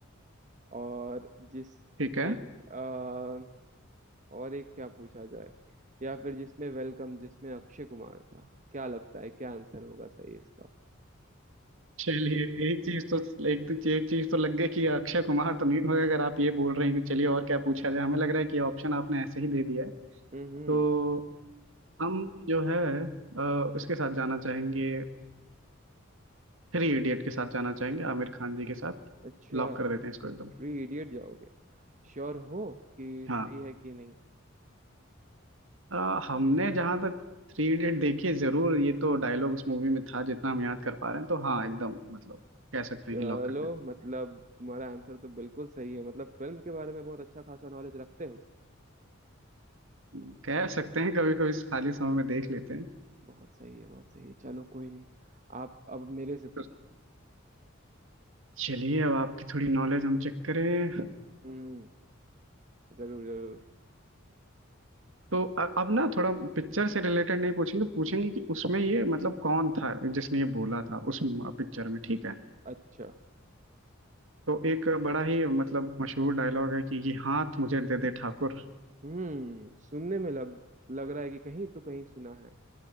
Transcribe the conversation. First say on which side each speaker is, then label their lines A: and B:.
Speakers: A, on the right; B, on the right.
A: और जिसमें
B: ठीक है
A: आ, और एक क्या पूछा जाए या फिर जिसमें वेलकम जिसमें अक्षय कुमार था क्या लगता है क्या आंसर होगा सही इसका
B: चलिए एक चीज तो एक तो एक चीज तो लग गई कि अक्षय कुमार तो नहीं होगा अगर आप ये बोल रहे हैं कि चलिए और क्या पूछा जाए हमें लग रहा है कि ऑप्शन आपने ऐसे ही दे दिया है
A: हम्म
B: तो हम जो है अ, उसके साथ जाना चाहेंगे थ्री इडियट के साथ जाना चाहेंगे आमिर खान जी के साथ
A: अच्छा
B: लॉक कर देते हैं इसको एकदम
A: थ्री इडियट जाओगे श्योर हो कि
B: हाँ
A: सही है कि नहीं
B: अ, हमने जहाँ तक थ्री इडियट देखिए जरूर ये तो डायलॉग उस मूवी में था जितना हम याद कर पा रहे हैं तो हाँ एकदम मतलब कह सकते
A: चलो
B: हैं कि लॉक कर देते हैं
A: मतलब तुम्हारा आंसर तो बिल्कुल सही है मतलब फिल्म के बारे में बहुत अच्छा खासा नॉलेज रखते हो
B: हम्म, कह सकते हैं कभी कभी खाली समय में देख लेते हैं
A: बहुत सही है बहुत सही है चलो कोई नहीं आप अब मेरे से पूछो
B: तो चलिए अब आपकी थोड़ी नॉलेज हम चेक करें
A: हम्म जरूर जरूर
B: तो अ- अब ना थोड़ा पिक्चर से रिलेटेड नहीं पूछेंगे पूछेंगे कि उसमें ये मतलब कौन था जिसने ये बोला था उस पिक्चर में ठीक है
A: अच्छा
B: तो एक बड़ा ही मतलब मशहूर डायलॉग है कि ये हाथ मुझे दे दे ठाकुर
A: हम्म सुनने में लग लग रहा है कि कहीं तो कहीं सुना है